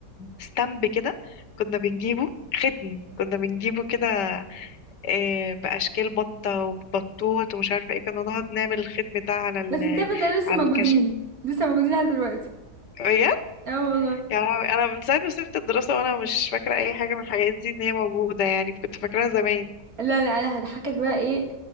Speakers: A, on the left (about 70°); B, on the right (about 50°).
A: ستامب كده كنا بنجيبه ختم كنا بنجيبه كده آه... بأشكال بطة وبطوط ومش عارفة ايه كنا نقعد نعمل الختم ده على ال...
B: بس انت عارفه ده لسه
A: على
B: موجودين
A: الكشك
B: لسه موجودين لحد دلوقتي
A: <laughs>
B: اه والله
A: يا لهوي انا من ساعه ما سبت الدراسه وانا مش فاكره اي حاجه من الحاجات دي ان هي موجوده يعني كنت فاكراها زمان
B: لا لا انا هضحكك بقى ايه